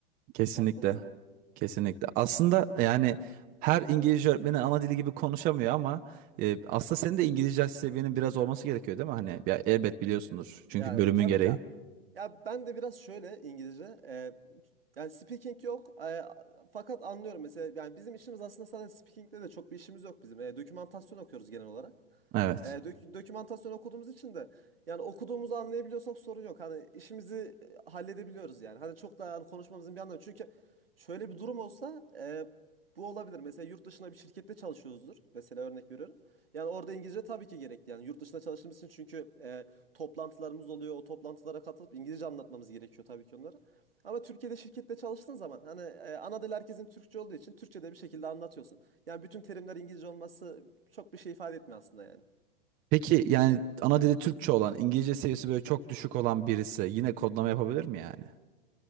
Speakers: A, on the right; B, on the right.
A: Kesinlikle.
B: baktığımız zaman.
A: Kesinlikle. Aslında yani her İngilizce öğretmeni ana dili gibi konuşamıyor ama e, aslında senin de İngilizce seviyenin biraz olması gerekiyor değil mi? Hani ya, elbet biliyorsundur. Çünkü
B: Yani
A: bölümün
B: tabii
A: gereği.
B: ki ya ben de biraz şöyle İngilizce e, yani speaking yok e, fakat anlıyorum mesela yani bizim işimiz aslında sadece speaking'de de çok bir işimiz yok bizim. E, dokümantasyon okuyoruz genel olarak.
A: Evet.
B: E, dök- dokümantasyon okuduğumuz için de yani okuduğumuzu anlayabiliyorsak sorun yok. Hani işimizi e, halledebiliyoruz yani. Hani çok daha hani konuşmamızın bir anlamı. Çünkü şöyle bir durum olsa e, bu olabilir. Mesela yurt dışında bir şirkette çalışıyoruzdur. Mesela örnek veriyorum. Yani orada İngilizce tabii ki gerekli. Yani yurt dışında çalıştığımız için çünkü e, toplantılarımız oluyor. O toplantılara katılıp İngilizce anlatmamız gerekiyor tabii ki onlara. Ama Türkiye'de şirkette çalıştığın zaman hani e, ana dil herkesin Türkçe olduğu için Türkçe'de bir şekilde anlatıyorsun. Yani bütün terimler İngilizce olması çok bir şey ifade etmiyor aslında yani.
A: Peki yani ana dili Türkçe olan, İngilizce seviyesi böyle çok düşük olan birisi yine kodlama yapabilir mi yani?